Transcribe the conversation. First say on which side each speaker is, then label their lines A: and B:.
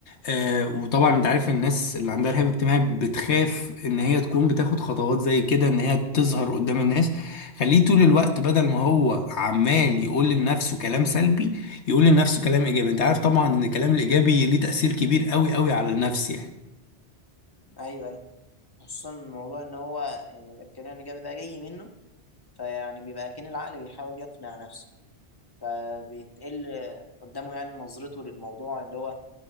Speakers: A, on the left; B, on the left.
A: آه، وطبعا انت عارف الناس اللي عندها رهاب اجتماعي بتخاف ان هي تكون بتاخد خطوات زي كده ان هي تظهر قدام
B: مم.
A: الناس خليه طول الوقت بدل ما هو عمال يقول لنفسه كلام سلبي يقول لنفسه كلام ايجابي انت عارف طبعا ان الكلام الايجابي ليه تأثير كبير قوي قوي على النفس يعني
B: ايوه ايوه خصوصا الموضوع ان هو يعني يبقى الكلام الايجابي ده جاي منه فيعني بيبقى كأن العقل بيحاول يقنع نفسه فبيتقل قدامه يعني نظرته للموضوع اللي هو